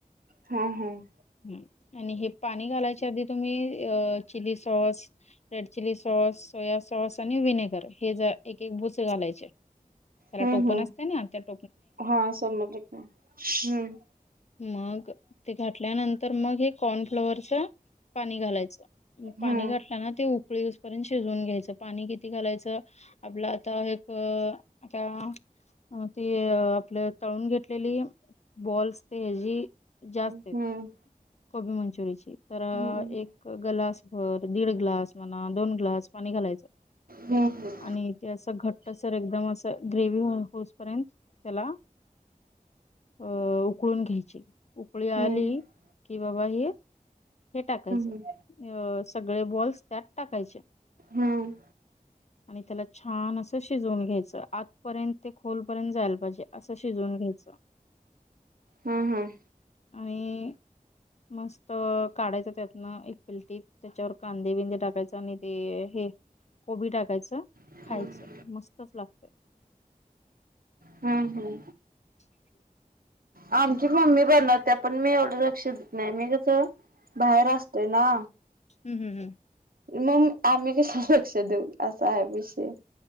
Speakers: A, on the right (about 75°); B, on the left (about 50°).
A: हम हम.
B: ह आणि हे पाणी घालायच्या आधी तुम्ही अ chilli sauce red chilli sauce soya sauce आणि विनेगर हे ज एक एक बुच घालायचे. त्याला
A: हम्म हम्म
B: टोपन असतय ना त्यात
A: हा समज लिका हम्म.
B: मग ते घातल्यानंतर मग हे कॉर्नफ्लॉवरच पाणी घालायचं.
A: हम्म
B: पाणी घातल्या ना ते उकळी सपर्यंत शिजवून घ्यायचं, पाणी किती घालायचं? आपलं आता एक आता ती आपल्या तळून घेतलेली, बॉल्स ते हची जास्त
A: हम्म
B: आहेत.
A: हम्म
B: कोबी मंचुरीची. तर
A: हम्म
B: एक ग्लास भर दीड ग्लास म्हणा दोन ग्लास पाणी घालायचं.
A: हम्म
B: आणि ते असं घट्ट सर एकदम असं ग्रेवी होस पर्यंत त्याला अ उकळून घ्यायची, उकळी
A: हम्म
B: आली कि बाबा हे हे टाकायचं,
A: हम्म
B: सगळे बॉल्स त्यात टाकायचे.
A: हम्म
B: आणि त्याला छान असं शिजवून घ्यायचं आतपर्यंत ते खोलपर्यंत जायला पाहिजे असं शिजवून घ्यायचं. <unintelligible>
A: हम हम.
B: आणि. मस्त काढायच त्यातनं एक पिलटीत त्याच्यावर कांदे बिंदे टाकायच आणि ते हे कोबी टाकायचं
A: हम्म
B: खायचं मस्तच लागतंय.
A: हं हं.
B: <unintelligible>
A: आमची मम्मी बनवत्या पण मी एवढं लक्ष देत नाही मी कसं बाहेर असतोय ना.
B: हं हं हं.
A: मग आम्ही कशाला लक्ष देऊ असं आहे विषय.